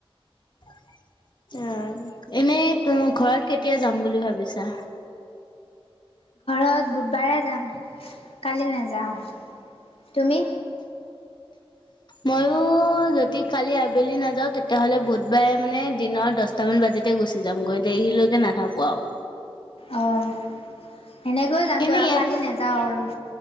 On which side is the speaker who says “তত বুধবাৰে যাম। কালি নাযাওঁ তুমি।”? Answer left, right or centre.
Left